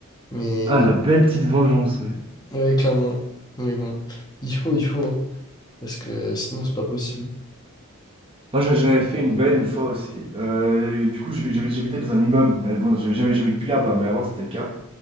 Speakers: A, on the left; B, on the right.
A: Mais
B: Ah,
A: ouais,
B: la belle petite vengeance, ouais.
A: ouais, clairement. Mais bon, il faut, il faut, hein, parce que sinon, c'est pas possible.
B: Moi, j'a- j'avais fait une belle une fois aussi. Euh, du coup, j'habi- j'habi- j'habitais dans un immeuble, mais bon, j'habi- j'habi- j'habite plus là-bas, mais avant, c'était le cas.